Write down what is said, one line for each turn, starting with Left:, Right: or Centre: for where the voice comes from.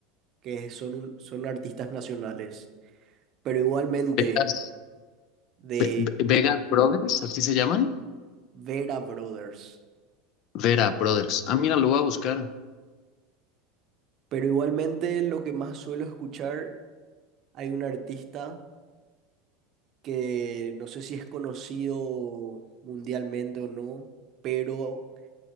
Right: que son, un- son artistas nacionales. Pero igualmente
Left: Vegas,
Right: de
Left: Ve- Ve- Vegas Brothers, ¿así se llaman?
Right: Vera Brothers.
Left: Vera Brothers. Ah, mira, lo voy a buscar.
Right: Pero igualmente lo que más suelo escuchar, hay un artista que no sé si es conocido mundialmente o no, pero